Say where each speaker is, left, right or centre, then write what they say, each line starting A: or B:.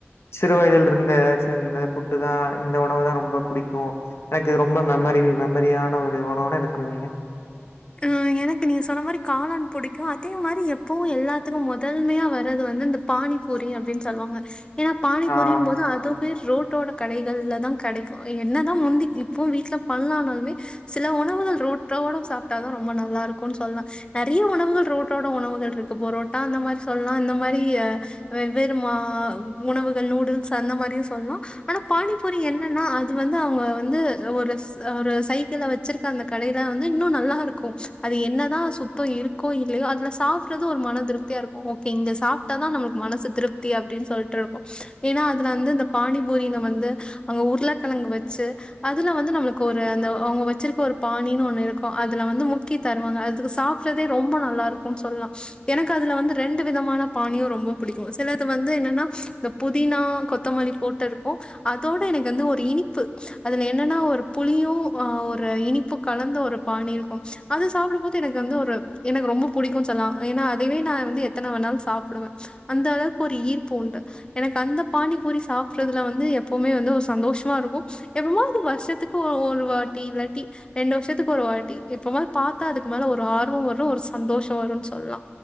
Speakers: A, on the left (about 70°); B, on the left (about 20°).
A: சிறு வயதில்ருந்து எதாச்சு இந்த புட்டு தா இந்த உணவு தா ரொம்ப பிடிக்கு எனக்கு இது ரொம்ப மெமரி மெமரியான ஒரு உணவுன்னா என்ன சொல்லுவீங்க
B: ஆ எனக்கு நீங்க சொன்ன மாரி காளான் பிடிக்கு அதே மாரி எப்பவு எல்லாத்துக்கு முதல்மையா வ அதாது வந்து இந்த பானிபூரி அப்டின் சொல்லுவாங்க ஏன்னா பானிபூரியின்
A: ஆ
B: போது அது ரோட்டோட கடைகள்ல தா கடைக்கு என்னதா முந்தி இப்பவு வீட்ல பண்லானாலுமே சில உணவுகள் ரோட்டோரோ சாப் ட்டாதா ரொம்ப நல்லா இருக்குன் சொல்லலா நறைய உணவுகள் ரோட்டோட உணவுகள்ருக் பொரோட்டா அந்த மாரி சொல்லா இந்த மாரி வெவ்வேறு மா உணவுகள் நூடுல்ஸ் அந்த மாரியு சொல்லா ஆனா பானி பூரி என்னன்னா அது வந்து அவுங்க வந்து ஒரு ஒரு சைக்கிள வச்சிருக்க அந்த கடைல வந்து இன்னு நல்லா இருக்கு அது என்னதா சுத்தோ இருக்கோ இல்லயோ அதுல சாப்றது து ஒரு மன திருப்தியா இருக்கு ஓகே இங்க சாப்ட்ட தா நமளுக்கு மனசு திருப்தி அப்டின் சொல்ட்ருக்கு ஏனா அதுல வந்து அந்த பானிபூரில வந்து அங்க உருளக்கெழங்கு வச்சு அதுல வந்து நம்மளுக்கு ஒரு அந்த அவுங்க வச்சுருக்க ஒரு பானின் ஒண்ணு இருக்கு அது அதுல வந்து முக்கி தருவாங்க அதுக்கு சாப்பற்றதே ரொம்ப நல்லாருக் குன் சொல்லா எனக்கு அதுல வந்து ரெண்டு விதமான பானியு ரொம்ப புடி க்கு சிலது வந்து என்னன்னா இந்த புதினா கொத்தமல்லி போட்டு இருக்கு அதோட எனக்கு வந்து ஒரு இனிப்பு அதுல என்னன்னா ஒரு புளியு அ ஒரு இனிப்பு கலந்த ஒரு பானி இரு அது சாப்டம் போது எனக்கு வந்து ஒரு எனக்கு ரொம்ப புடிக்குன் சொல்லா ஏனா அதுவே நா வந்து எத்தன வேணாலு சாப்டுவே அந்த அளவுக்கு ஒரு ஈர்ப்பு உண்டு எனக்கு அந்த பானிபூரி சாப்பற்றதுல வந்து எப்பவுமே வந்து ஒரு சந்தோஷமா இருக்கு எப்பமாது வருஷத்துக் கு ஒருவாட்டி இல்லாட்டி ரெண்டு வருஷத்துக்கு ஒரு வாட்டி எப்பமாது பாத்தா அதுக்கு மேல ஒரு ஆர்வ வரு ஒரு சந்தோஷம் வருன் சொல்லா